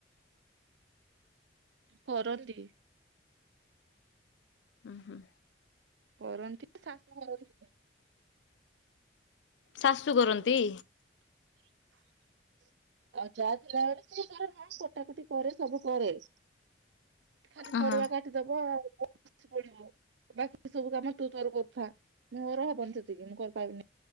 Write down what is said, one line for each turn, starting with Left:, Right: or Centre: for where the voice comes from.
Right: କରନ୍ତି।
Left: ଉଁ ହୁଁ।
Right: କରନ୍ତି ନା ଶାଶୁ <unintelligible>
Left: ଶାଶୁ କରନ୍ତି
Right: ଆଉ ଯା ଥିଲାବେଳେ ସେ ତାର ହଁ କଟା କଟି କରେ ସବୁ କରେ। ଖାଲି
Left: ଓହୋ।
Right: ପରିବା କାଟିଦବ ଆଉ <unintelligible> ପଡିବ। ବାକି ସବୁ କାମ ତୁ ତୋର କରୁଥା ମୋର ହବନି ସେତିକି ମୁଁ କରପାରିବିନି।